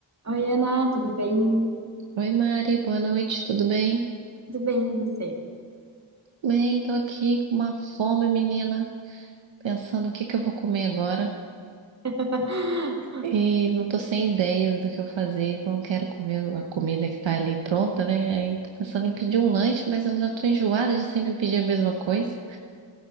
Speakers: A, on the right; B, on the right.
A: Oi, Ana, tudo bem?
B: Oi, Mari, boa noite, tudo bem?
A: Tudo bem, e você?
B: Bem, tô aqui com uma fome, menina, pensando o que que eu vou comer agora.
A: <laughs>
B: E não tô sem ideias do que eu fazer, não quero comer a comida que tá ali pronta, né? Aí tô pensando em pedir um lanche, mas eu já tô enjoada de sempre pedir a mesma coisa.